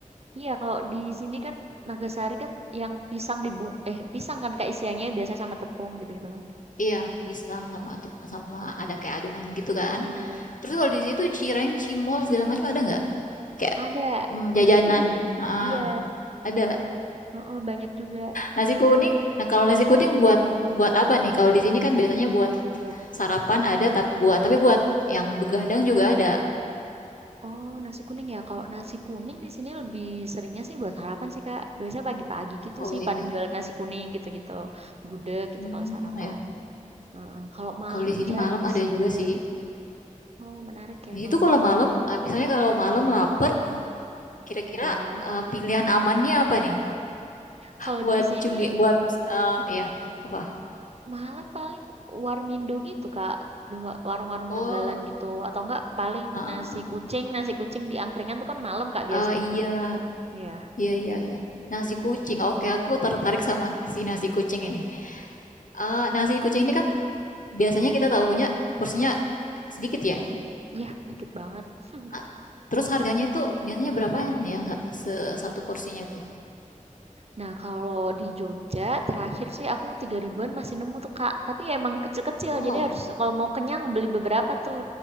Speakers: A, on the right; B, on the left.
A: Iya kalau di sini kan Nagasari kan yang pisang dibu eh pisang kan kak isiannya biasanya sama tepung gitu gitu kan.
B: iya pisang sama sama ada kayak adonan gitu kan
A: Iya iya iya.
B: terus kalau di situ cireng cimol segala macam ada nggak kayak
A: Ada.
B: mm,
A: <laughs>
B: jajanan Heeh,
A: Iya.
B: ada
A: oh banyak juga.
B: nasi kuning nah kalau nasi kuning buat buat apa nih kalau di sini kan biasanya buat
A: Ya.
B: sarapan ada tapi buat tapi buat yang begadang juga ada
A: Oh, nasi kuning ya. Kalau nasi kuning di sini lebih seringnya sih buat sarapan sih, Kak. Biasanya pagi-pagi gitu
B: oh
A: sih
B: iya
A: pada jualan nasi kuning gitu-gitu. Gudeg gitu
B: hmm
A: kalau sarapan.
B: ya
A: Heeh. Kalau malam
B: kalau di sini
A: jarang
B: malam ada
A: sih.
B: juga sih
A: Oh, menarik ya
B: Jadi
A: kalau
B: itu kalau
A: malam.
B: malam, eh, misalnya kalau malam lapar,
A: mm
B: kira-kira
A: Oh,
B: eh, pilihan amannya apa nih?
A: kalau
B: Buat
A: di sini
B: cumi, buat eh ya apa?
A: malam paling warmindo gitu, Kak. Di wa- Warung-warung
B: Oh,
A: Tegalan gitu. Atau enggak paling
B: ah,
A: nasi kucing. Nasi kucing di angkringan tuh kan malam, Kak, biasanya
B: ah, iya,
A: tuh. Iya.
B: iya, iya, iya. Nasi kucing. Oke, aku tertarik sama si nasi kucing ini. Ah, nasi kucing ini kan biasanya kita tahunya porsinya sedikit ya.
A: <laughs> Ya, dikit banget. <laughs>
B: Ah, Terus harganya itu biasanya berapaan ya sa- se- satu porsinya itu?
A: Nah, kalau di Jogja terakhir sih aku tiga ribuan masih nemu tuh Kak. Tapi ya emang kecil-kecil,
B: Wow,
A: jadi harus kalau mau kenyang beli beberapa tuh.